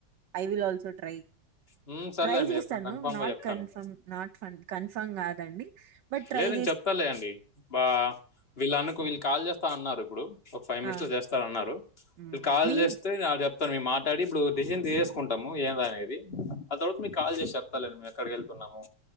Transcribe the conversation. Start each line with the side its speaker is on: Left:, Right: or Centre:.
Right: ఐ విల్ ఆల్సో ట్రై
Left: హ్మ్. సర్లే
Right: ట్రై
Left: అండి
Right: చేస్తాను
Left: చెప్తాను. కన్ఫర్మ్‌గా
Right: నాట్
Left: జెప్తాను.
Right: కన్ఫమ్ నాట్ కన్ఫర్మ్ కాదండి బట్ ట్రై
Left: లేదు
Right: చే
Left: చెప్తాలే అండి బ వీళ్ళ అనుకో వీళ్ళు కాల్ చేస్తా అన్నారు ఇప్పుడు ఒక ఫైవ్ మినిట్స్
Right: ఆ
Left: లో చేస్తాను అన్నారు
Right: ఉమ్.
Left: వీళ్ళు కాల్
Right: మీ
Left: చేస్తే చెప్ ప్తా ఇప్పును మే మాట్లాడి ఇప్పుడు డెసిషన్ తీసేసుకుంటాము ఏదా అనేది అ తరత మీకు కాల్ చేసి చెప్తా లెండి ఎక్కడికి వెళ్తున్నాము